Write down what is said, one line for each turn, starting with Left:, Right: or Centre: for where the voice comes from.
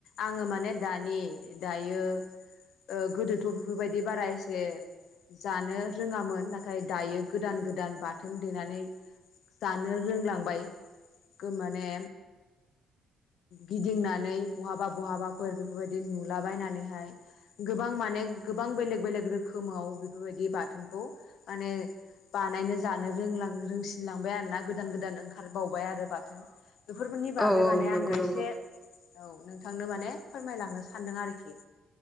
Left: आङो माने दानि दायो ओ गोदोथ' बेफोरबायदि बारा एसे जानो रोङामोन नाथाय दायो गोदान गोदान बाथोन देनानै जानो रोंलांबाय गो माने गिदिंनानै बहाबा बहाबाफोर बेफोरबायदि नुलाबायनानैहाय। गोबां माने गोबां बेलेग बेलेग रोखोमाव बेफोरबायदि बाथोनखौ माने बानायनो जानो रोंला रोंसिनलांबाय आरो ना गोदान गोदान ओंखारबावबाय आरो बाथोन। बेफोरफोरनि बागै
Centre: औ औ
Left: माने आङो
Centre: नंगौ
Left: एसे
Centre: नंगौ
Left: औ नोंथांनो माने फोरमायलांनो सानदों आरोखि।